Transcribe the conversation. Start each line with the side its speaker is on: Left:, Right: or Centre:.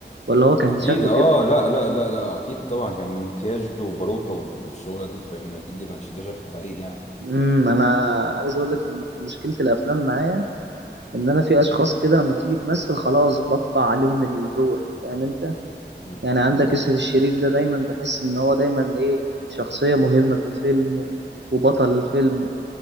Right: ولا هو كان
Left: اكيد
Right: شكله
Left: اه
Right: كده
Left: لا لا لا لا اكيد طبعا كان ميكاج وباروكا والشغله دي فاهمني اكيد ما كانش ده شكله حقيقي يعني
Right: امم انا عايز اقول لك ان مشكله الافلام معايا ان انا في اشخاص كده لما بتيجي تمثل خلاص بقطع عليهم الدور فاهم انت
Left: م-
Right: يعني عندك
Left: م-
Right: يوسف
Left: م.
Right: الشريف ده دايما بحس ان هو دايما ايه شخصية مهمة في الفيلم و- وبطل الفيلم و-